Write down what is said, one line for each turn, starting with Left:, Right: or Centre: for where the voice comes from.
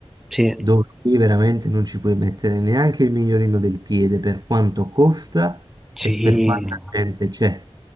Centre: Sì,
Right: dove lì veramente non ci puoi mettere neanche il migliorino del piede per quanto costa
Centre: sì.
Right: e per quanta
Centre: no.
Right: gente c'è.